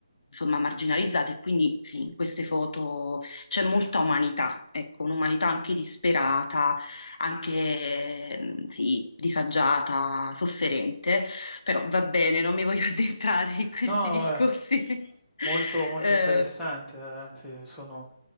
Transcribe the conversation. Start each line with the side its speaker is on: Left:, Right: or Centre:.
Left: insomma marginalizzate, e quindi sì, in queste foto c'è molta umanità, ecco, un'umanità anche disperata, anche ehm, sì, disagiata, sofferente, però va bene, non mi voglio <laughs> addentrare in questi
Centre: No,
Left: discorsi.
Centre: eh,
Left: <laughs>
Centre: molto, molto
Left: Eh,
Centre: interessante, eh, anzi sono,